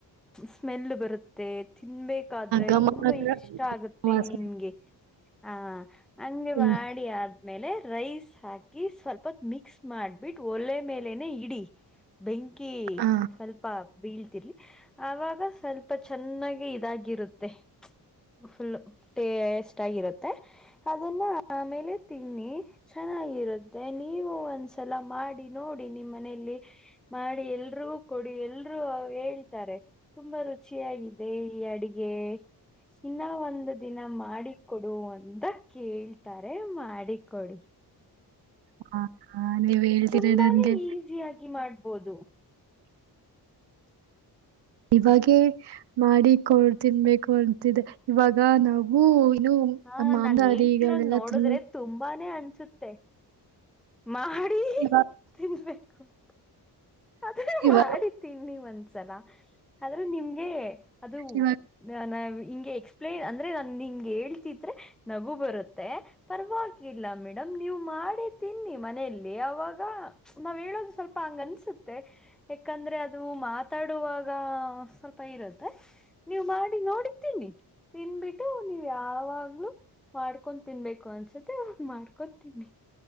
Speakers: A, in the centre; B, on the right (about 80°).
A: ಸ್ಮೆಲ್ ಬರುತ್ತೆ ತಿನ್ಬೇಕಾದ್ರೆ
B: ಘಮ
A: ತುಂಬಾ
B: ಘಮ
A: ಇಷ್ಟ ಆಗತ್ತೆ
B: ಪ್ರವಾಸ
A: ನಿಮ್ಗೆ ಹಾ ಹಂಗೆ
B: ಹ್ಮ್
A: ಮಾಡಿ ಅ ಆಮೇಲೆ ರೈಸ್ ಹಾಕಿ ಸ್ವಲ್ಪತ್ ಮಿಕ್ಸ್ ಮಾಡ್ಬಿಟ್ಟು ಒಳ್ಳೆ ಮೇಲೆನೆ ಇಡಿ ಬೆಂಕಿ
B: ಹಾ
A: ಸ್ವಲ್ಪ ಬೀಳ್ ಆಾಗ ಸ್ವಲ್ಪ ಚೆನ್ನಾಗಿ ಇದಾಗಿರುತ್ತೆ ಫುಲ್ ಟೇಸ್ಟ್ ಆಗಿರುತ್ತೆ ಅದನ್ನ ಆಮೇಲೆ ತಿನ್ನಿ ಚ ಚೆನ್ನಾಗಿರುತ್ತೆ ನೀವು ಒಂದ್ಸಲ ಮಾಡಿ ನೋಡಿ ನಿಮ್ಮ ಮನೆಯಲ್ಲಿ ಮಾಡಿ ಎಲ್ರೂ ಕೊಡಿ ಎಲ್ರೂ ಹೇಳ್ತಾರೆ ತುಂಬಾ ರುಚಿಯಾಗಿದೆ ಈ ಅಡಿಗೆ ಇನ್ನ ಒಂದು ದಿನ ಮಾಡಿಿಕೊಡು ಅಂದ ಕೇಳ್ತಾರೆ ಮಾಡಿಕೊಡಿ
B: ಹಾ ಹಾ ನೀವ್ ಹೇಳ್ತೀರ
A: ತುಂಬಾನೇ
B: ನನ್ಗೆ
A: ಈಸಿಯಾಗಿ ಮಾಡ್ಬೋದು
B: ಇವಾಗೇ ಮಾಡಿಿಕಡ್ ತಿನ್ಬೇಕು ಅಂತಿದೆ ಇವಾಗ ನಾವು ಇನ್ನು
A: ಹಾ
B: ಮಾಂಸಾಹಾರಿಗಳೆಲ್ಲ
A: ನಾನ್ ಹೇಳ್ತಿರೋದ್ ನೋಡಿದ್ರೆ
B: ತಿನ್ನ
A: ತುಂಬಾನೇ ಅನ್ಸುತ್ತೆ ಮಾಡಿ
B: ಇವಾಗ
A: ತಿನ್ಬೇಕುಂತ ಅದನ್ನ
B: ಇವಾಗ
A: ಮಾಡ ತಿೀನ್ಿ ಒಂದ್ಸಲ ಆದ್ರೆ ನಿಮ್ಗೆ ಅದು
B: ಇವಾಗ
A: ನ ಹಿಂಗೆ ಎಕ್ಸ್ಪ್ಲೇನ್ ಅಂದ್ರೆ ನನ್ ನಿಂಗೆ ಹೇಳ್ತಿದ್ರೆ ನಗು ಬರುತ್ತೆ ಪರವಾಗಿಲ್ಲ ಮೇಡಮ ನೀವು ಮಾಡಿ ತಿನ್ನಿ ಮನೆಯಲ್ಲಿ ಅವಾಗ ನಾವ್ ಹೇಳೋದು ಸ್ವಲ್ಪ ಹಂಗನ್ಸುತ್ತೆ ಯಾಕಂದ್ರೆ ಅದು ಮಾತಾಡುವಾಗ ಸ್ವಲ್ಪ ಇರುತ್ತೆ ನೀವು ಮಾಡಿ ನೋಡಿದ್ದೀನಿ ತಿನ್ಬಿಟ್ಟು ನೀವು ಯಾವಾಗ್ಲುೂ ಮಾಡ್ಕೊ ತಿನ್ಬೇಕು ಅನ್ಸುತ್ತೆ ಇವಾಗ ಮಾಡ್ಕೊ ತಿನ್ನಿ